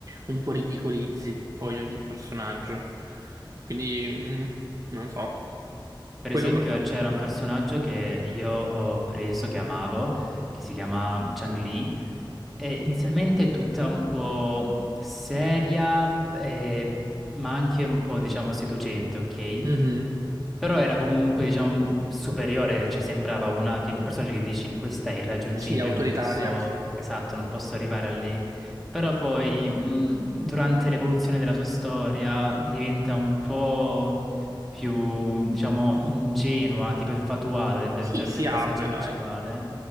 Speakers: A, on the right; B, in the centre.
A: un po' ridicolizzi poi ogni personaggio. Quindi, mm, non so,
B: Per
A: quello
B: esempio
A: per me.
B: c'era un personaggio che io ho preso, che amavo, che si chiama Chang Li Eh, inizialmente è tutta un po' seria, eh, ma anche un po', diciamo, seducente, ok?
A: Mhm.
B: Però era comunque, diciamo, superiore, cioè sembrava una che- un personaggio che dici questa è irraggiungibile,
A: Sì, autoritaria,
B: non posso,
A: sì.
B: esatto, non posso arrivare a lei. Però poi, mh, durante l'evoluzione della sua storia, diventa un po' più, diciamo, ingenua, tipo infatuata del,
A: Sì,
B: del
A: si
B: del personaggio
A: apre,
B: principale.
A: dai.